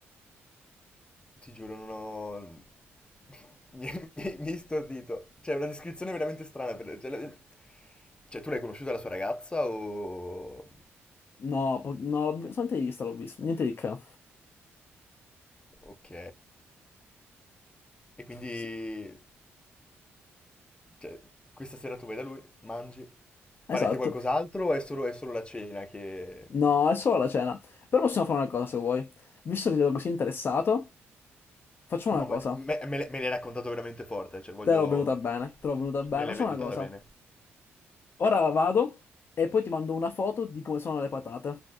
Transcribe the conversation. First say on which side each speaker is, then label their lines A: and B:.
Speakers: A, on the left; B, on the left.
A: Ti giuro, non ho... <laughs> Mi, mi, mi hai stordito. Cioè, è una descrizione veramente strana. per- Cioè, la- cioè, tu l'hai conosciuta la sua ragazza o...
B: No, po- no, l'ho vi- solamente di vista l'ho visto, niente di che.
A: Ok. E quindi
B: Sì,
A: Cioè, questa sera tu vai da lui, mangi,
B: esatto.
A: farete qualcos'altro o è solo, è solo la cena che...
B: No, è solo la cena. Però possiamo fare una cosa se vuoi. Visto che ti vedo così interessato, facciamo
A: No,
B: una cosa.
A: ma me, me l'hai me l'hai raccontato veramente forte, cioè voglio...
B: Te l'ho venuta bene, te l'ho venuta bene.
A: me l'hai
B: Facciamo
A: venduta
B: una cosa.
A: bene.
B: Ora vado e poi ti mando una foto di come sono le patate.